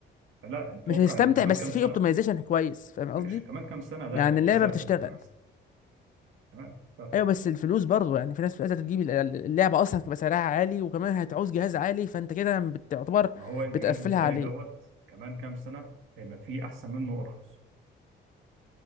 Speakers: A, on the right (about 75°); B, on the left (about 40°).
A: فلا اتوقع
B: مش هتستمتع
A: ان كمان
B: بس
A: كام سنه
B: في اوبتمايزيشن كويس فاهم قصدي؟
A: ماشي كمان كام سنه لا
B: يعني
A: الاجهزه
B: اللعبة بتشتغل
A: هتبقى احسن تمام ف-
B: ايوه بس الفلوس برضه يعني في ناس عايزه تجيب اللعبه اصلا هتبقى سعرها عالي وكمان هتعوز جهاز عالي فانت كده بتعتبر
A: ما هو الجهاز
B: بتقفلها
A: الغالي
B: عليه
A: دوت كمان كام سنه هيبقى فيه احسن منه وارخص